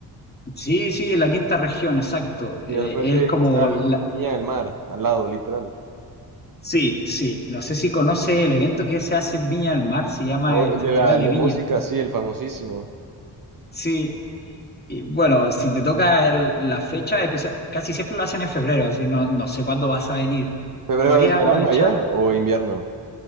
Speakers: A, on the left; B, on the right.
A: Sí, sí, la quinta región, exacto. Eh,
B: Y del frente
A: es como
B: que está
A: la...
B: Viña del Mar, al lado, literal.
A: Sí, sí. No sé si conoce el evento que se hace en Viña del Mar, se llama
B: O
A: el
B: el
A: Festival
B: de la el
A: de
B: de
A: Viña.
B: música, sí, el famosísimo.
A: Sí, y bueno, si te toca el- la fecha especial, casi siempre lo hacen en febrero, así no, no sé cuándo vas a venir.
B: ¿Febrero
A: Podría
B: es verano
A: aprovechar,
B: allá o invierno?